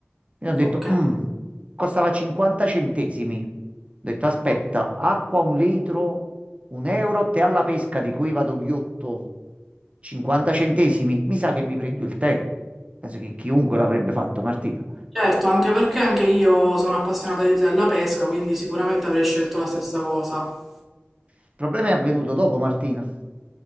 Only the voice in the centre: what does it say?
ok.
ok.
Certo, anche perché anche io sono appassionata di- della pesca, quindi sicuramente avrei scelto la stessa cosa.